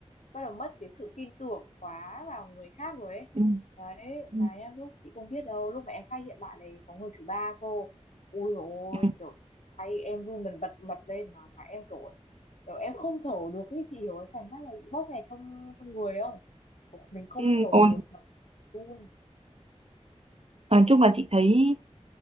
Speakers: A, on the left (about 80°); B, on the right (about 55°).
A: bắt đầu mất cái sự tin tưởng quá vào người khác rồi ấy
B: ừ.
A: đấy
B: ừ,
A: mà nhá, lúc chị không biết đâu lúc mà em phát hiện bạn này có người thứ ba cô ui dồi ôi
B: Ừ,
A: kiểu tay em run bần bật bật lên mà mà em kiểu kiểu em không thở được ấy chị hiểu cái cảm giác là bị bóp nghẹt trong trong người không Kiểu mình không
B: ừ.
A: thở
B: ôi,
A: được mà run
B: nói chung là chị thấy